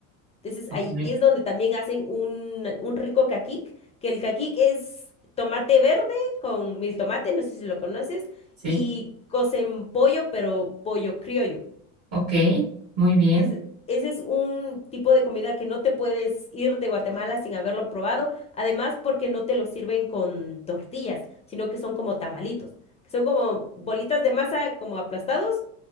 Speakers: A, on the left; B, on the right.
A: Entonces
B: Ok,
A: ahí es donde también hacen un, un rico caquic, que el caquic es tomate verde con mil tomate, no sé si lo conoces,
B: sí,
A: y cocen pollo, pero pollo criollo.
B: ok, muy bien.
A: Entonces, ese es un tipo de comida que no te puedes ir de Guatemala sin haberlo probado, además porque no te lo sirven con tortillas, sino que son como tamalitos, que son como bolitas de masa como aplastados